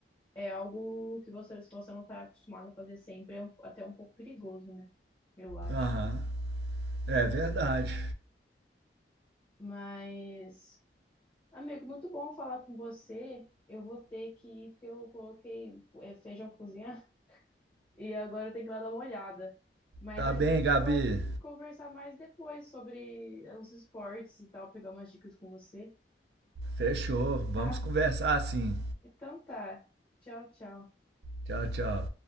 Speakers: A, on the left; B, on the right.
A: é algo que você, se você não tá acostumado a fazer sempre, é um- até um pouco perigoso, né? Eu acho.
B: Aham. É verdade.
A: Mas Amigo, muito bom falar com você. Eu vou ter que ir, porque eu coloquei é, feijão pra cozinhar <laughs> e agora eu tenho que ir lá dar uma olhada. Mas
B: Tá
A: a
B: bem,
A: gente
B: Gabi?
A: pode conversar mais depois sobre os esportes e tal, pegar umas dicas com você,
B: Fechou. Vamos
A: tá?
B: conversar assim.
A: Então tá. Tchau, tchau.
B: Tchau, tchau.